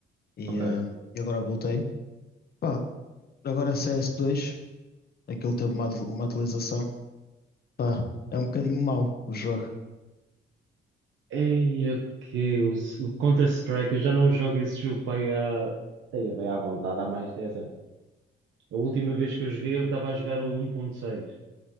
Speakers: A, on the left (about 50°); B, on the right (about 75°).
A: e,
B: ok.
A: ahm, e agora voltei. Pá, agora é CS2, aquilo teve uma, atu- uma atualização. Pá, é um bocadinho mau o jogo.
B: Ei, ok. O, s- o Counter-Strike, eu já não jogo esse jogo para aí há. Ei, é bem à vontade, há mais de 10 anos. A última vez que eu joguei, eu estava a jogar o um 1.6.